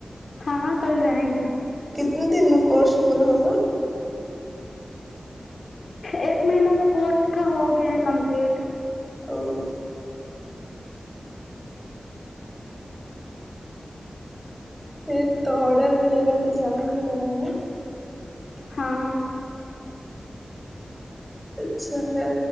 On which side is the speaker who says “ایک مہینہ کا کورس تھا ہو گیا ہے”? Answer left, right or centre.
Left